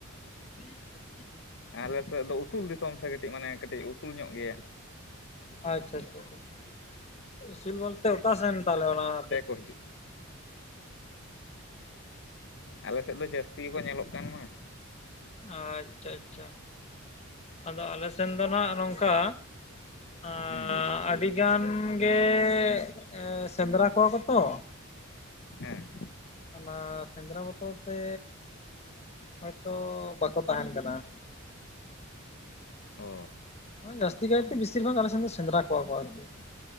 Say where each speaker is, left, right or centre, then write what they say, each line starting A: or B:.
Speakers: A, on the left; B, on the left.
A: ᱦᱮᱤᱠ <inaudible>
B: ᱟᱞᱮ ᱥᱮᱜ ᱫᱚ ᱩᱥᱩᱞ ᱫᱤᱥᱚᱢ ᱥᱮ ᱠᱟᱹᱴᱤᱡ ᱢᱟᱱᱮ ᱠᱟᱹᱴᱤᱡ ᱩᱥᱩᱞ ᱧᱚᱜ ᱜᱮᱭᱟ ᱾
A: ᱟᱪᱪᱷᱟ ᱟᱪᱪᱷᱟ, ᱩᱥᱩᱞ ᱵᱚᱞᱛᱮ ᱚᱠᱟ ᱥᱮᱱ ᱛᱟᱞᱚᱦᱮ ᱚᱱᱟ ᱟᱛᱩ
B: ᱠᱚ ᱦᱤᱡᱩᱜ ᱟᱞᱮ ᱥᱮᱫ ᱫᱚ ᱡᱟᱹᱥᱛᱤ ᱜᱮᱠᱚ ᱧᱮᱞᱚᱜ ᱠᱟᱱ ᱢᱟ ᱾
A: ᱟᱪᱪᱷᱟ, ᱟᱪᱪᱷᱟ, ᱟᱫᱚ ᱟᱞᱮ ᱥᱮᱱ ᱫᱚ ᱱᱟᱜ ᱱᱚᱝᱠᱟ ᱟᱸᱻ
B: ᱦᱩᱸ
A: ᱟᱹᱰᱤ ᱜᱟᱱᱻ ᱜᱮᱻ ᱮᱸ ᱥᱮᱸᱫᱽᱨᱟ ᱠᱚᱣᱟ ᱠᱚ ᱛᱚ,
B: ᱦᱮᱸ ᱾
A: ᱚᱱᱟ ᱥᱮᱸᱫᱽᱨᱟ ᱵᱚᱛᱚᱨ ᱛᱮᱻ ᱦᱳᱭᱛᱚ ᱵᱟᱠᱚ ᱛᱟᱦᱮᱱ ᱠᱟᱱᱟ ᱾
B: ᱚ ᱾
A: ᱡᱟᱹᱥᱛᱤ ᱠᱟᱭᱛᱮ ᱵᱤᱥᱤᱨ ᱵᱷᱟᱜᱽ ᱟᱞᱮ ᱥᱮᱱ ᱫᱚ ᱥᱮᱸᱫᱽᱨᱟ ᱠᱚᱣᱟ ᱠᱚ ᱟᱨᱠᱤ ᱾